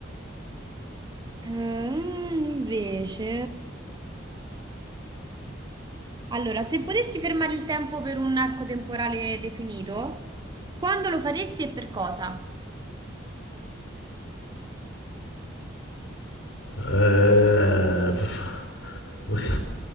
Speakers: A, on the right (about 20°); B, on the left (about 85°).
A: Ehm, invece, allora, se potessi fermare il tempo per un arco temporale definito, quando lo faresti e per cosa?
B: Eh, f- ma che-